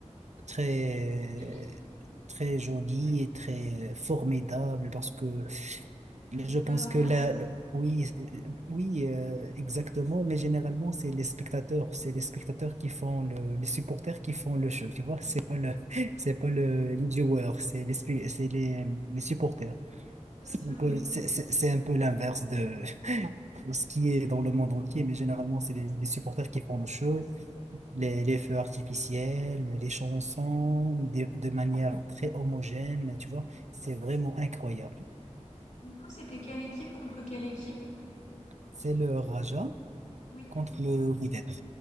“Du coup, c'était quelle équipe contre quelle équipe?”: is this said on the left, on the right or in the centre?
Left